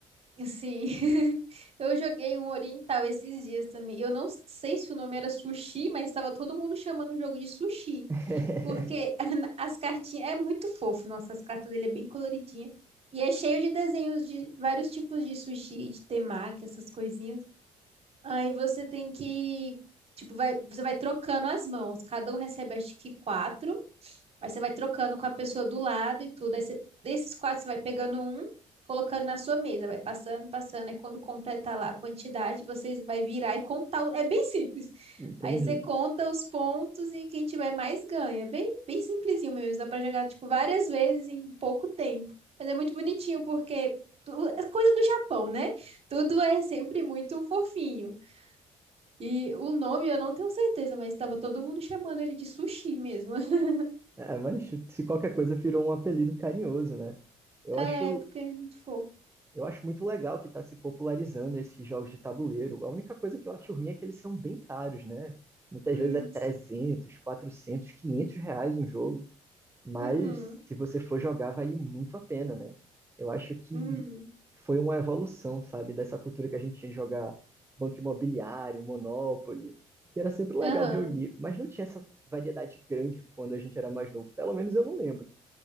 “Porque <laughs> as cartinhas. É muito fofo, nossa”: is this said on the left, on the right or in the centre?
Right